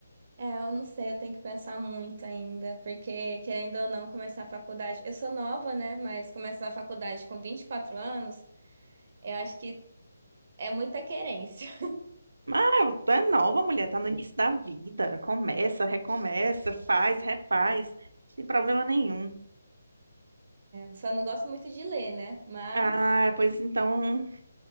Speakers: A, on the right; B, on the right.
A: É, eu não sei, eu tenho que pensar muito ainda, porque querendo ou não começar a faculdade, eu sou nova, né? Mas começar a faculdade com 24 anos, eu acho que é muita querência.
B: Ah, tu é nova, mulher, tá no início da vida. Começa, recomeça, faz, refaz. Sem problema nenhum.
A: Só não gosto muito de ler, né? Mas
B: Ah, pois então.